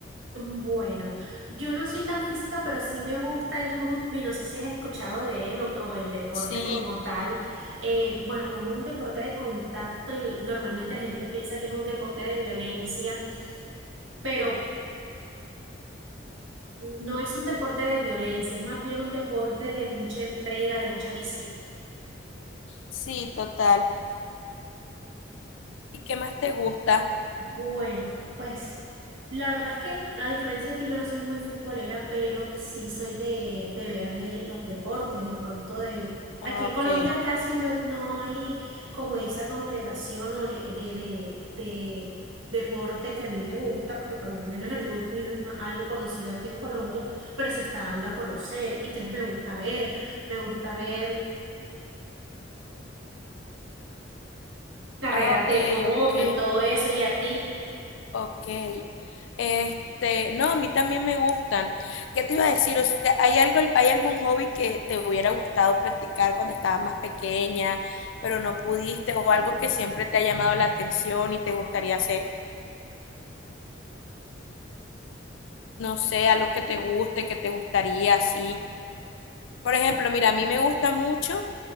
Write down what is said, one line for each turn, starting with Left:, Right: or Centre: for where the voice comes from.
Right: Bueno, yo no soy tan física, pero sí me gusta el rugby. No sé si has escuchado de él o, o el deporte
Left: Sí,
Right: como tal. Eh, bueno, como un deporte de contacto y normalmente la gente piensa que es un deporte de violencia, pero no es un deporte de violencia, es más bien un deporte de mucha entrega, de mucha disciplina.
Left: sí, total. ¿Y qué más te gusta?
Right: Bueno, pues la verdad es que a diferencia de ti yo no soy muy futbolera, pero sí soy de, de verme los deportes, de pronto de...
Left: Ah,
Right: Aquí en
Left: ok.
Right: Colombia casi no, no hay como esa congregación o de, de, de deporte que a mí me gusta, porque por lo menos el rugby no es una- algo conocido aquí en Colombia, pero se está dando a conocer, y entonces me gusta ver, me gusta ver carreras
Left: Ah, ok,
Right: de moto
Left: ok.
Right: y todo eso, y a ti.
Left: Ok. Este, no, a mí también me gustan. ¿Qué te iba a decir? O sea, ¿hay algo, hay algún hobby que te hubiera gustado practicar cuando estabas más pequeña, pero no pudiste, o algo que siempre te ha llamado la atención y te gustaría hacer? No sé, algo que te guste, que te gustaría, así. Por ejemplo, mira, a mí me gusta mucho